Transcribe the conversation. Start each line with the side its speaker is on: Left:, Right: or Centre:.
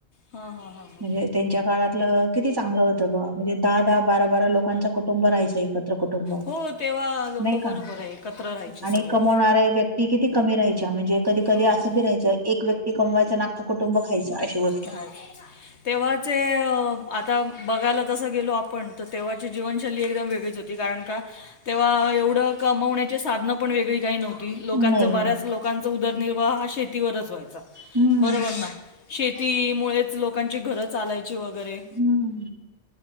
Left: हां हां हां हां
Right: म्हणजे त्यांच्या काळातलं किती चांगलं होतं बुवा म्हणजे दहा दहा बारा बारा लोकांचा कुटुंब राहायचंय. एकत्र कुटुंब
Left: हो तेव्हा लोक
Right: नाही
Left: बरोबर
Right: का?
Left: एकत्र राहायची
Right: आणि
Left: सगळी
Right: कमवणारे व्यक्ती किती कमी राहायच्या म्हणजे कधी
Left: हम्म.
Right: कधी असं बी राहायचं एक व्यक्ती कमवायचं ना अख्ख कुटुंब खायचं अशी गोष्ट
Left: खायचं. तेव्हाचे अ, आता बघायला तसं गेलो आपण तर तेव्हाची जीवनशैली एकदम वेगळीच होती कारण का तेव्हा एवढं कमवण्याचे साधनं पण वेगळी काही नव्हती. लोकांचा
Right: नाही
Left: बऱ्याच लोकांचा उदरनिर्वाह हा शेतीवरच व्हायचा.
Right: हम्म
Left: बरोबर ना शेतीमुळेच लोकांची घरं चालायची वगैरे.
Right: हम्म